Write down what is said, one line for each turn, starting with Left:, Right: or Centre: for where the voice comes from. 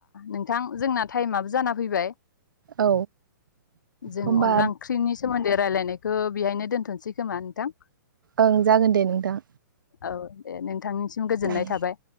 Left: नोंथां जोंना टाइमाबो जाना फैबाय
Right: औ
Left: जों
Right: होमबा
Left: अनला ओंख्रिनि सोमोन्दै रायलायनायखौ बेहायनो दोनथ'सै खोमा नोंथां?
Right: ओं जागोन दे नोंथां
Left: औ दे नोंथांनि सिम गोजोननाय
Right: ओं
Left: थाबाय